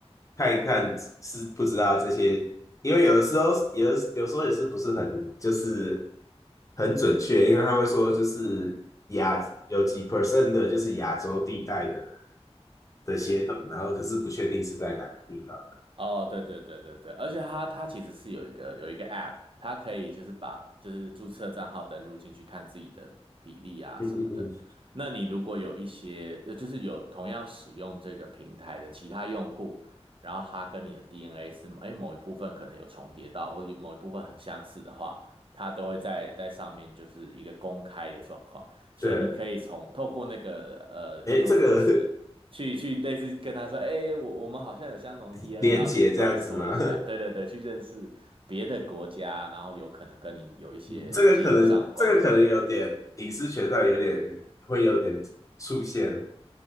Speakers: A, on the left; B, on the right.
A: 看一看是不知道这些，因为有的时候有的有时候也是不是很就是很准确，因为他会说就是亚有几 percent 的就是亚洲地带的。的协同，然后可是不确定是在哪个地方。
B: 哦，对对对对对，而且它它其实是有一个有一个 app，它可以就是把就是注册账号登录进去看自己的比例啊什么的。
A: 嗯嗯嗯，
B: 那你如果有一些呃就是有同样使用这个平台的其他用户，然后他跟你的 DNA 是哎某一部分可能有重叠到，或者有某一部分很相似的话，它都会在在上面就是一个公开的状况。所以你可以从透过那个呃应用程式。
A: 对，哎，这个
B: 去去类似跟他说，哎、我我们好像有相同的 DNA，
A: <laughs> 连结这样子吗？
B: 然后去回溯一下，对对对，去认识别的国家，然后有可能跟你有一些基因上的关联的人。
A: 嗯这个可能，这个可能有点隐私权上有点会有点出现。